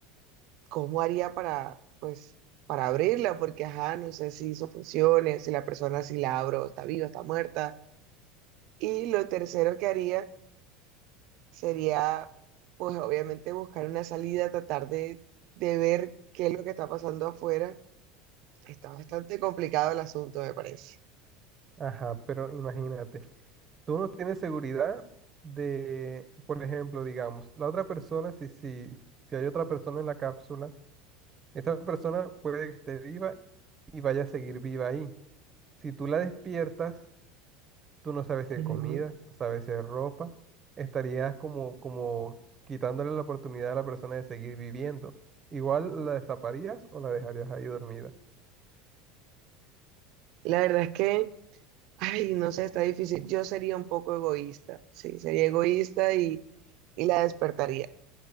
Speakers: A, on the right; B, on the right.
A: cómo haría para, pues, para abrirla, porque ajá, no sé si eso funcione, si la persona, si la abro, está viva, está muerta. Y lo tercero que haría sería, pues, obviamente buscar una salida, tratar de, de ver qué es lo que está pasando afuera. Está bastante complicado el asunto, me parece.
B: Ajá, pero imagínate. Tú no tienes seguridad de, por ejemplo, digamos, la otra persona, si, si, si hay otra persona en la cápsula, esa persona puede que esté viva y vaya a seguir viva ahí. Si tú la despiertas, tú no sabes si hay
A: Ujú.
B: comida, no sabes si hay ropa, estarías como, como quitándole la oportunidad a la persona de seguir viviendo. Igual la destaparías o la dejarías ahí dormida.
A: La verdad es que, <laughs> ay, no sé, está difícil. Yo sería un poco egoísta, sí, sería egoísta y, y la despertaría,